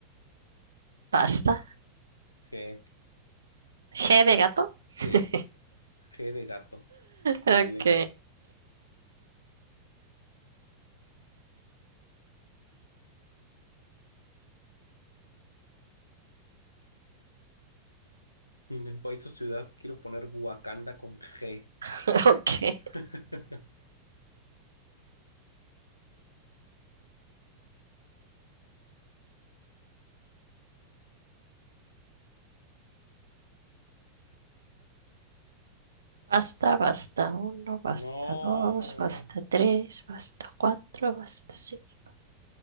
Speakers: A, on the right (about 70°); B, on the left (about 85°).
A: Pasta.
B: G.
A: G de gato. <laughs>
B: Sí, G de gato. Dale.
A: Ok,
B: en país o ciudad quiero poner Wakanda con G.
A: <laughs> ok.
B: <laughs>
A: Basta, basta uno, basta
B: No.
A: dos, basta tres, basta cuatro, basta cinco.